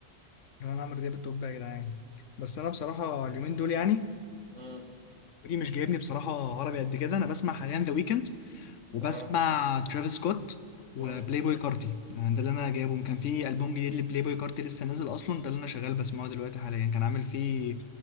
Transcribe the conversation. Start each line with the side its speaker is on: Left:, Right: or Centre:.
Left: يعني انا عمرو دياب التوب يا جدعان بس انا بصراحه اليومين دول يعني
Right: امم
Left: دي مش جايبني بصراحه عربي قد كده انا بسمع حاليا ذا ويكند وبسمع
Right: اه
Left: ترافيس سكوت وبلاي
Right: مم.
Left: بوي كارتي يعني ده اللي انا جايبهم كان في البوم جديد لبلاي بوي كارتي لسه نازل اصلا ده اللي انا شغال بسمعه دلوقتي حاليا كان عامل فيه